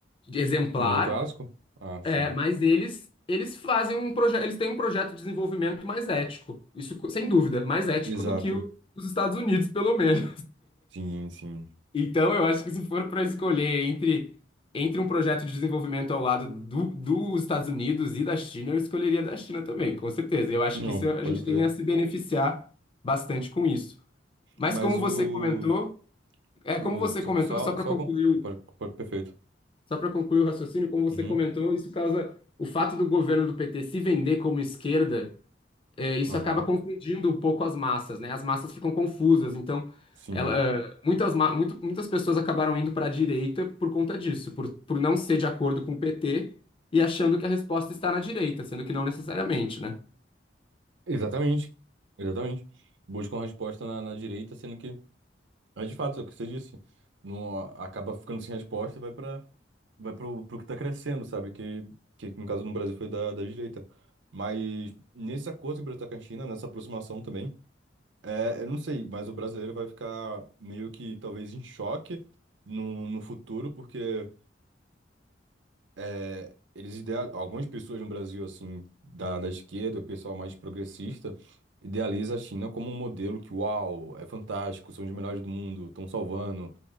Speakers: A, on the left; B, on the right.
A: exemplar,
B: Um modo clássico? Ah, sim.
A: é, mas eles eles fazem um projeto, eles têm um projeto de desenvolvimento mais ético, isso co- sem dúvida, mais ético
B: Exato.
A: do que o, os Estados Unidos, pelo menos.
B: Sim, sim.
A: Então, eu acho que se for para escolher entre, entre um projeto de desenvolvimento ao lado do, dos Estados Unidos e da China, eu escolheria da China também, com certeza. Eu acho
B: Não,
A: que isso, a
B: pode
A: gente
B: crer.
A: tem a se beneficiar bastante com isso. Mas
B: Mas
A: como
B: o.
A: você comentou, é
B: O.
A: como você
B: Tipo,
A: comentou,
B: só.
A: só para
B: só
A: concluir,
B: com...
A: o-
B: pode- pode- perfeito.
A: só para concluir o raciocínio, como você
B: Uhum.
A: comentou, isso causa o fato do governo do PT se vender como esquerda é, isso
B: Aham.
A: acaba confundindo um pouco as massas, né? As massas ficam confusas, então
B: Sim.
A: ela, eh, muitas, ma- muito- muitas pessoas acabaram indo para a direita por conta disso, por, por não ser de acordo com o PT e achando que a resposta está na direita, sendo que não necessariamente, né?
B: Exatamente. Exatamente. Buscam resposta na, na direita, sendo que. Mas de fato, é o que você disse. Não, a- acaba ficando sem resposta e vai pra. Vai pro, pro que tá crescendo, sabe? Que, que no caso no Brasil foi da, da direita. Mas nesse acordo que o Brasil tá com a China, nessa aproximação também. É, eu não sei, mas o brasileiro vai ficar meio que talvez em choque no, no futuro, porque é, eles ideal, algumas pessoas no Brasil, assim, da, da esquerda, o pessoal mais progressista, idealiza a China como um modelo que, uau, é fantástico, são os melhores do mundo, estão salvando,